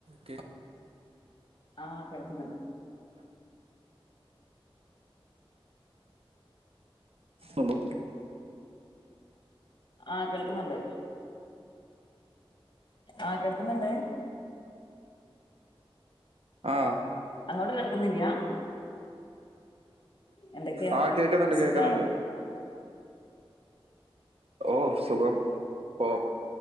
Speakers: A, on the right (about 90°); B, on the left (about 50°).
A: Cake
B: ആ കേള് ക്ന്ന്ണ്ട്
A: ഉള്ളൂ
B: ആ കേൾക്കുന്നുണ്ട് ആ കേൾക്കുന്നുണ്ടോ
A: ആ
B: അങ്ങോട്ട് കേൾക്കുനില്യ എന്തൊക്കെ
A: ആഹ് കേക്കുന്നുണ്ട്
B: സുഖാണ്
A: കേക്കുന്നുണ്ട് ഓ സുഖം ഓ